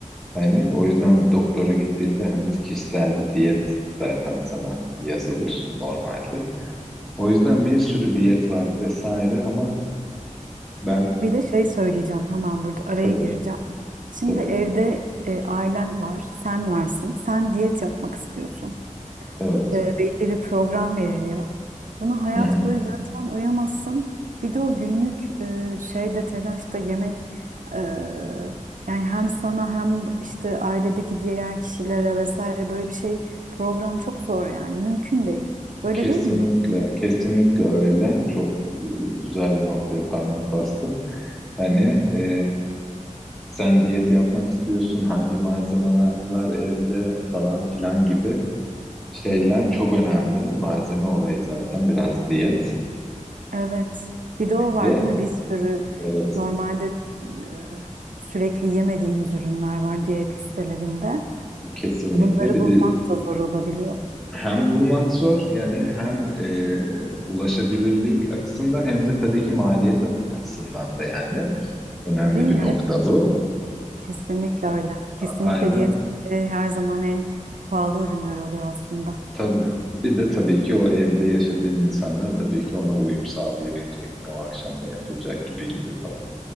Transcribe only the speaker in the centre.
Hani o yüzden bir doktora gittiğinde hani kişisel bir diyet zaten sana yazılır normalde. O yüzden bir sürü diyet var vesaire ama ben
tabii
tabii
evet.
Hı hı.
Kesinlikle
kesinlikle öyle. Çok e, güzel bir noktaya parmak bastım. Hani e, sen diyet yapmak istiyorsun hangi malzemeler var evde falan filan gibi şeyler
çok önemli. Malzeme olayı zaten biraz diyet
ve
evet
Kesinlikle.
Bir
de
hem bulmak zor yani hem e, ulaşabilirlik açısından hem de tabii ki maliyet açısından da yani önemli
bir
nokta
bu.
Aynen
tabii. Bir de tabii ki o evde yaşadığın insanlar tabii ki ona uyum sağlayabilecek mi, o akşam ne yapılacak gibi gibi falan.